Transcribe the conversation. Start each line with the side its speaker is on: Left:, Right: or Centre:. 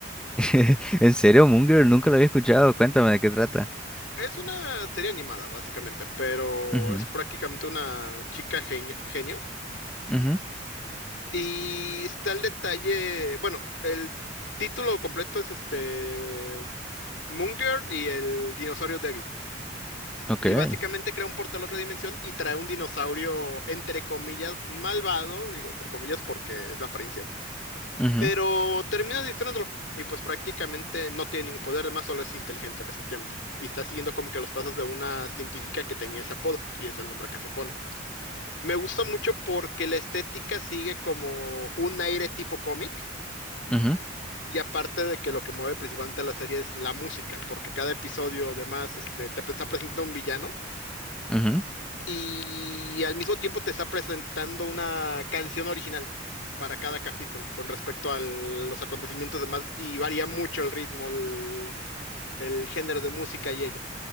Centre: <laughs> ¿En serio, Moon Girl? Nunca lo había escuchado. Cuéntame de qué trata.
Left: Es una serie animada, básicamente, pero
Centre: Ujú,
Left: es prácticamente una chica genio, genio.
Centre: ujú,
Left: Y está el detalle, bueno, el título completo es este Munger y el dinosaurio débil.
Centre: ok,
Left: Y básicamente crea un portal a otra dimensión y trae un dinosaurio, entre comillas, malvado, digo entre comillas porque es la apariencia,
Centre: ujú,
Left: pero termina distrayéndolo. Y pues prácticamente no tiene ningún poder, además solo es inteligente respectivamente. Y está siguiendo como que los pasos de una científica que tenía ese apodo, y es el nombre que se pone. Me gusta mucho porque la estética sigue como un aire tipo cómic,
Centre: ujú,
Left: y aparte de que lo que mueve principalmente la serie es la música, porque cada episodio además este, te está presentando un villano
Centre: ujú,
Left: y al mismo tiempo te está presentando una canción original para cada capítulo con respecto a los acontecimientos demás y varía mucho el ritmo, el, el género de música y ello.